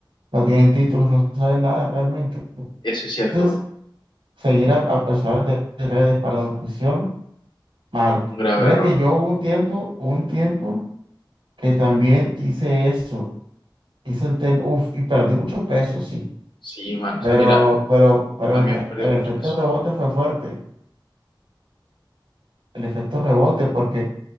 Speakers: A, on the right; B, on the left.
A: No tienen títulos, no saben nada realmente.
B: Eso es cierto,
A: Entonces,
B: bro.
A: seguir a, a personas de de redes para nutrición, mal.
B: Un grave
A: Mira
B: error.
A: que yo hubo un tiempo, un tiempo que también hice eso. Hice el tema, uf, y perdí mucho peso, sí.
B: Sí, mano.
A: Pero,
B: O sea, mira.
A: pero, pero
B: Yo también
A: el, re-
B: perdí
A: el
B: mucho
A: efecto
B: peso.
A: rebote fue fuerte. el efecto rebote, porque